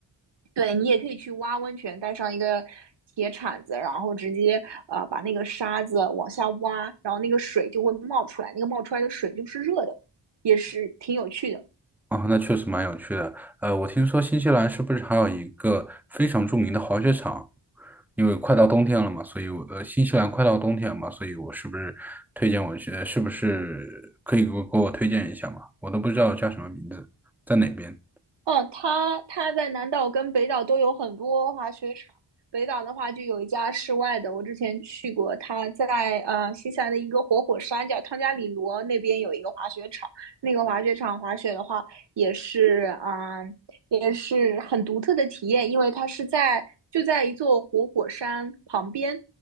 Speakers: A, on the right (about 65°); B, in the centre.
A: 对你也可以去挖温泉，带上一个铁铲子，然后直接呃把那个沙子往下挖，然后那个水就会冒出来，那个冒出来的水就是热的，也是挺有趣的。
B: 哦，那确实蛮有趣的。呃，我听说新西兰是不是还有一个非常著名的滑雪场？因为快到冬天了嘛，所以我呃，新西兰快到冬天嘛，所以我是不是推荐我去？呃是不是可以给我给我推荐一下嘛？我都不知道叫什么名字，在哪边？
A: 哦，它它在南岛跟北岛都有很多滑雪场。北岛的话，就有一家室外的，我之前去过，它在呃新西兰的一个活火山叫汤加里罗那边有一个滑雪场。那个滑雪场滑雪的话，也是啊、呃也是很独特的体验，因为它是在就在一座活火山旁边，